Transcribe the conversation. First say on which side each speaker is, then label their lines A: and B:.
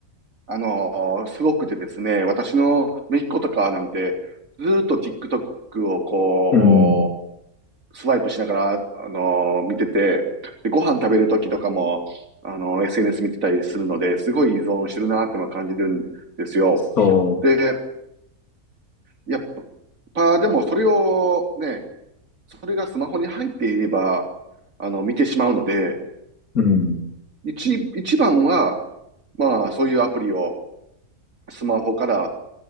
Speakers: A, on the right; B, on the left.
A: あのーすごくてですね、私の姪っ子とかなんて、ずーっと TikTok をこ
B: う、うん、
A: スワイプしながら、あのー見てて、で、ご飯食べるときとかも、あのー SNS 見てたりするので、すごい依存してるなーってのは感じるんですよ。
B: そ
A: で、やっぱ、でもそれをね、それがスマホに入っていれば、あの、見てしまうので、
B: う、うん。
A: 一、一番は、まあ、そういうアプリをスマホから、